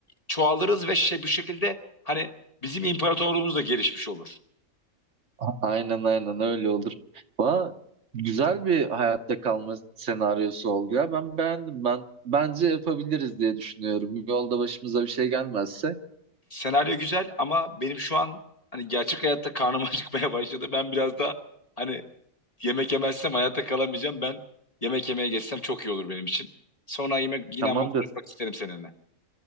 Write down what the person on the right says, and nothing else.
A- Aynen aynen öyle olur. Valla güzel bir hayatta kalma senaryosu oldu ya. Ben beğendim. Ben bence yapabiliriz diye düşünüyorum. Yolda başımıza bir şey gelmezse.
Tamamdır.